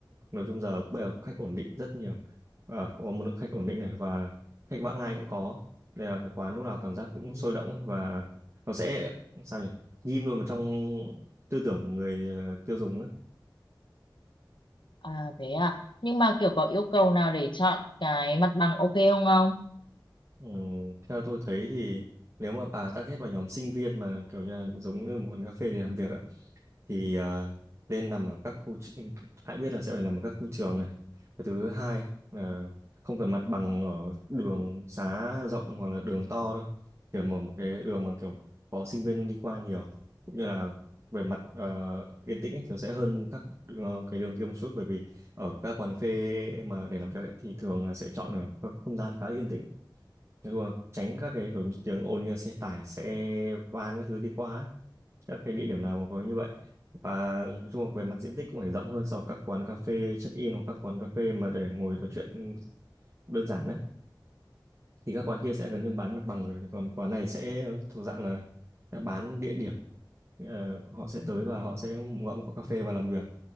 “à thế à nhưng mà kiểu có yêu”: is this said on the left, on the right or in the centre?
Left